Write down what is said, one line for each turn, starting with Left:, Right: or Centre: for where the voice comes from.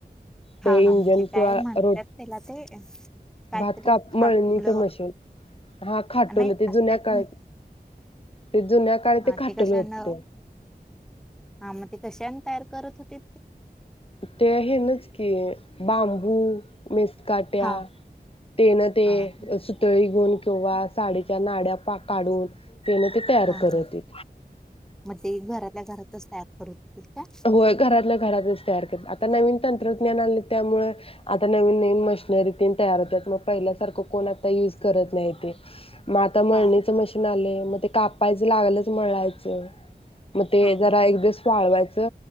Centre: हा
Left: ते इंजन
Centre: हा म्हणजे काय
Left: किंवा
Centre: म्हणतात
Left: रोट
Centre: त्याला ते काहीतरी
Left: भात काप मळणीचं
Centre: खाटुलं
Left: मशीन हा खाटोल
Centre: नाही
Left: ते
Centre: असं
Left: जुन्या
Centre: काहीतरी
Left: काळ ते जुन्या काळी
Centre: हा
Left: खाटोल
Centre: ते कशानं
Left: होत.
Centre: हा मग ते कशानं तयार करत होते
Left: ते या हेनच की बांबू मिेसकाट्या
Centre: हा
Left: तेन ते
Centre: हा हा
Left: सुतळी गुण किंवा साडीच्या नाड्या काढून तेन ते तयार
Centre: हा
Left: करत
Centre: ह
Left: होतीत.
Centre: मग ते घरातल्या घरातच तयार करत होतीत काय
Left: होय घरातल्या घरातच तयार कर आत आता नवीन तंत्रज्ञान आणलेत त्यामुळ आता नवीन नवीन मशनरी तेन तयार होतात मग पहिल्यासारख कोण आता युज करत नाही ते मआता मळणीचं
Centre: हा
Left: मशीन आले म ते काप कापायचं लागलच मळ्याचं म ते
Centre: हा
Left: जरा
Centre: हा
Left: एक दिवस वाळवायच च